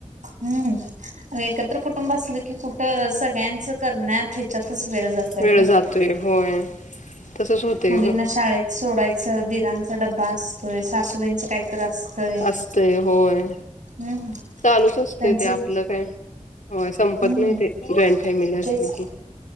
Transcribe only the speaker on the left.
वेळ
जातोय होय तसच होतय
ग
असतय होय
चालूच असतय
ते आपलं काय होय संपत
नाही ते जॉईंट फॅमिली असली
की